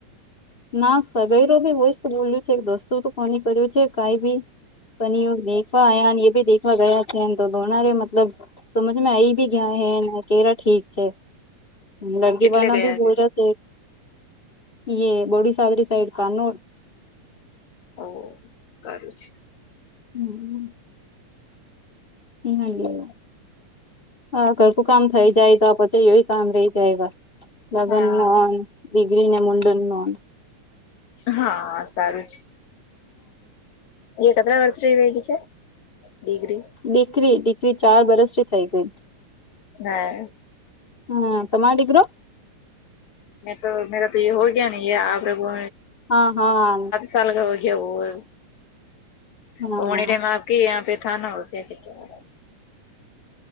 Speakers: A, on the left; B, on the left.
A: ના સગાઈરો બી હોય જ બોલ્યું છે દસ્તું તો કોની કર્યું છે કઈ બી પનીયુ દેખવા આયા અને એ ભી દેખવા ગયા. હેન તો દોના ર મતલબ સમજ મે આ ભી ગયા હે કેરા ઠીક છે. લડકીભાનાભી
B: કેટલે ગયા
A: બોલયા છે. એે બોડીસદરી સઈડ ત ન
B: ઓ ઓ સરુ છે.
A: હમ્મ એ ના કેવ હ ઘરકું કામ થઈ જાય તો પછી એય કામ રહી જાય. લગનમાં
B: હા
A: દીગરીને મુંડનમા
B: હા સારુ છે, એતરા વર્ષ થ્રી વિલ છે, ડિગ્રી
A: દીકરી દીકરી ચાર વરસથી થઈ ગઈ.
B: હા
A: હ તમારો દીકરો
B: મેં તો મેરા તો એ હો ગયા ને આરેગો.
A: હા હા
B: તને ખબર કેવું
A: હા
B: હોય કે આયા પે થ ના હો ક્યા